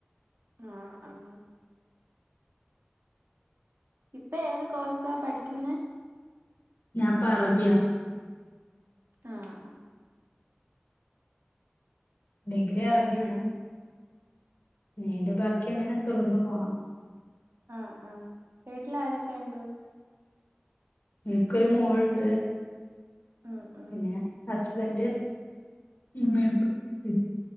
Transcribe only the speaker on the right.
ആഹ് ആഹ് ഇപ്പൊ ഏത് കോഴ്സാ പഠിക്കുന്നെ
ആഹ് അ
ആഹ് ആഹ വീട്ടില് ആരൊക്കെ ഇണ്ട്
ഉം ഉം
ഉം